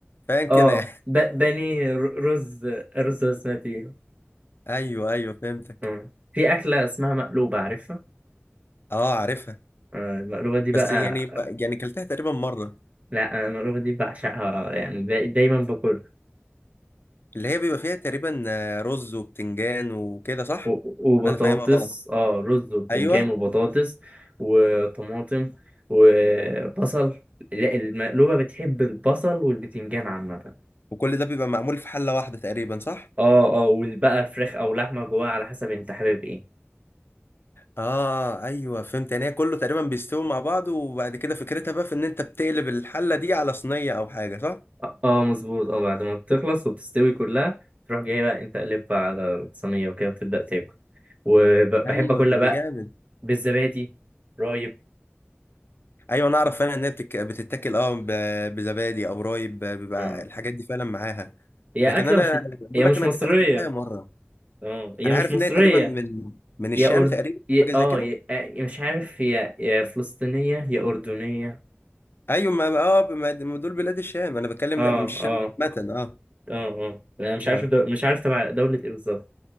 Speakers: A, on the left (about 55°); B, on the right (about 30°).
A: فاهم كده
B: اه
A: يعني
B: ب... بانيه ر- رز رز بسمتي
A: <laughs> ايوه ايوه فهمتك
B: آه. في أكلة اسمها مقلوبة عارفها
A: اه عارفها
B: آه، المقلوبة دي بقى
A: بس يعني ب- يعني كلتها تقريبا مره
B: لا أنا المقلوبة دي بعشقها يعني دا- دايما باكلها
A: اللي هي بيبقى فيها تقريبا آه، رز وبتنجان وكده صح
B: و- وبطاطس
A: ولا انا فاهمها غلط
B: اه رز وبتنجان
A: ايوه
B: وبطاطس وطماطم وبصل لا المقلوبة بتحب البصل والبتنجان عامة
A: وكل ده بيبقى معمول في حله واحده تقريبا صح
B: اه اه والبقى فراخ او لحمة جواها على حسب انت حابب ايه
A: اه ايوه فهمت يعني هي كله تقريبا بيستوي مع بعض وبعد كده فكرتها بقى في ان انت بتقلب الحله دي على صينيه او حاجه صح
B: اه آه، مظبوط اه بعد ما بتخلص وبتستوي كلها تروح جاي بقى انت قلبها على الصينية وكده وتبدأ تاكل وبحب
A: ايوه
B: اكلها
A: طب
B: بقى
A: ده جامد
B: بالزبادي رايب
A: ايوه انا اعرف فعلا ان هي بتك... بتتاكل اه ب... بزبادي او رايب ب- بيبقى
B: اه
A: الحاجات دي فعلا معاها
B: هي
A: لكن
B: اكلة
A: انا
B: مش
A: بقول
B: هي مش
A: لك انا
B: مصرية
A: انا اكلتها مره
B: اه هي
A: انا
B: مش
A: عارف
B: مصرية
A: ان هي تقريبا من من الشام
B: يا أرد
A: تقريبا
B: يا
A: حاجه زي
B: اه
A: كده
B: يا... آه، مش عارف يا يا فلسطينية يا أردنية
A: ايوه ما اه ما ما دول بلاد الشام انا بتكلم
B: اه
A: لا مش الشام
B: اه
A: عامه اه
B: اه اه انا مش
A: و...
B: عارف دو... مش عارف تبع دولة ايه بالظبط